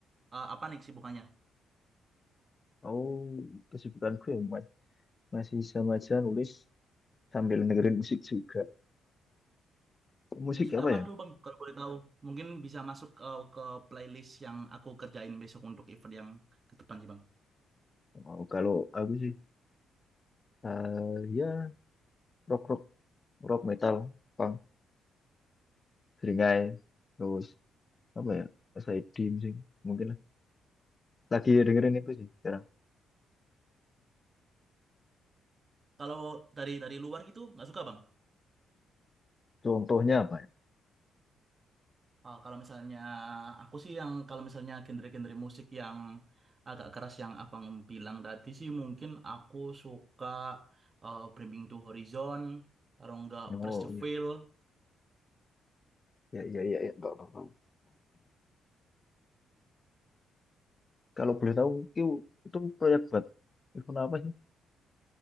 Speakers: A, on the right; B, on the left.
A: eh, apa nih sibukannya?
B: Oh, kesibukanku ya ma- masih sama aja nulis sambil dengerin musik juga. Musik
A: Musik
B: apa
A: apa
B: ya?
A: dulu Bang? Kalau boleh tahu, mungkin bisa masuk eh, ke playlist yang aku kerjain besok untuk event yang ke depan sih Bang.
B: Oh, kalau aku sih eh, ya rock rock rock metal, punk, seringai, terus apa ya? SID musik mungkin lah. Lagi dengerin itu sih sekarang.
A: Kalau dari dari luar gitu nggak suka Bang?
B: Contohnya apa ya?
A: Ah, kalau misalnya aku sih yang kalau misalnya genre-genre musik yang agak keras yang abang bilang tadi sih mungkin aku suka eh, Bringing to Horizon, kalau enggak
B: Oh
A: Press the
B: iya,
A: Veil,
B: ya ya ya, ya. Nggak apa-apa. Kalau boleh tahu itu itu proyek buat event apa sih?